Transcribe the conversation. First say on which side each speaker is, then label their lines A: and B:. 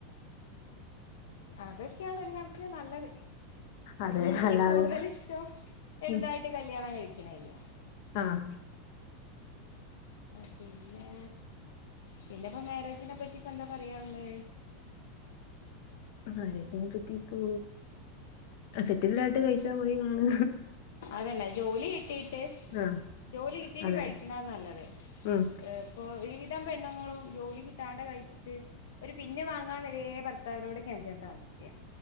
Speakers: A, on the left (about 80°); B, on the left (about 45°).
A: അതൊക്കെയാണ് ഒരു കണക്കിന് നല്ലത്.
B: അതെ
A: എനിക്ക്
B: അല്ലാതെ
A: കൂടുതൽ ഇഷ്ടം എളുതായിട്ട്
B: ഉം
A: കല്യാണം കഴിക്കണ തന്നെയാ
B: ആഹ്
A: ആഹ് പിന്നെ പിന്നെപ്പം മാരേജിനെ പറ്റി ഇപ്പൊ എന്താ പറയാൻ ഉള്ള്.
B: മാരേജിനെപറ്റി ഇപ്പോ സെറ്റിൽഡ് ആയിട്ട് കഴിച്ചാ മതിയെന്നാണ്.
A: അതന്നെ ജോലി കിട്ടിയിട്ട്
B: ആഹ്
A: ജോലി കിട്ടീട്ട്
B: അതെ
A: കഴിക്കണതാ നല്ലത്.
B: ഉം
A: ഇപ്പോ ഒരു വിധം പെണ്ണുങ്ങളും ജോലി കിട്ടാണ്ട് കഴിച്ചിട്ട്. ഒരു പിന്ന് വാങ്ങാൻ വരെ ഭർത്താവിനോട് കെഞ്ചണ്ട അവസ്ഥയാ.